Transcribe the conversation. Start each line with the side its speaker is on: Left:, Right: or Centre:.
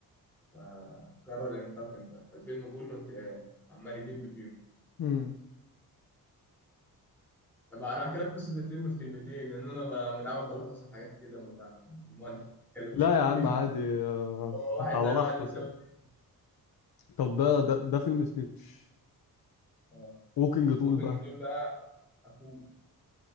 Centre: فقرر ينتقم بقى فالفيلم كله انتقام عمال يدب فيهم
Left: امم
Centre: طب انا احكي لك قصه الفيلم في كلمتين لان انا ب- متعود بلخص الحاجات كده ما ب- ما بنتكلموش
Left: لا
Centre: كتير
Left: يا عم عادي آه
Centre: <laughs> هو واحد
Left: على
Centre: زائد
Left: راحتك
Centre: واحد بيساوي
Left: يعني
Centre: اتنين
Left: طب ده ده ده فيلم سنيتش
Centre: آه.
Left: ووكينج تول
Centre: ممكن
Left: بقى
Centre: جدول بقى اخوه